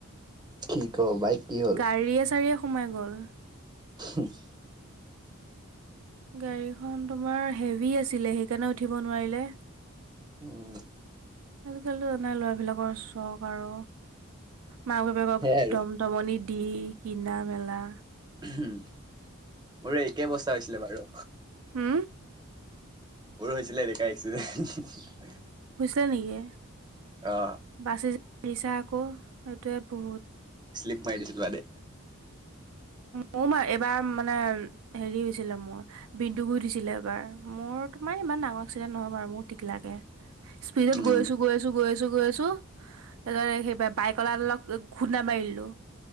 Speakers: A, on the right; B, on the right.
A: কি ক বাইক কি হ'ল
B: গাড়ীয়ে চাৰিয়ে সোমাই গল
A: ছুম <unintelligible>
B: গাড়ীখন তোমাৰ হেভি আছিলে সেইকাৰণে উঠিব নোৱাৰিলে
A: উম <inaudible>
B: আজিকালি জানাই ল'ৰাবিলাকৰ চখ আৰু মাক বাপেকক
A: সেয়াই
B: একদম
A: আৰু
B: দমনি দি কিনা মেলা
A: মোৰ একেই অৱস্থা হৈছিলে বাৰু
B: হো
A: মোৰ হৈছিলে এনেকাই আছিলে
B: হুইছিলে নেকি
A: অ
B: বাচি যে আহিছা আকৌ সেইটোৱে বহুত
A: স্লিম মাৰি দিছিল মানে
B: মোৰ মা এইবাৰ মানে হেৰি হৈছিলে মোৰ বিন্দুগুইত হৈছিলে এবাৰ মোৰ তোমাৰ ইমান ডাঙৰ এক্সিডেণ্ট নহয় বাৰু মোৰ টিকলাকে স্পীডত
A: উম
B: গৈ আছো গৈছ ছো গৈ আছো গৈ আছো তাছত সেই বা বাইকৱলা দালক খুন্ধা মাৰি দিলো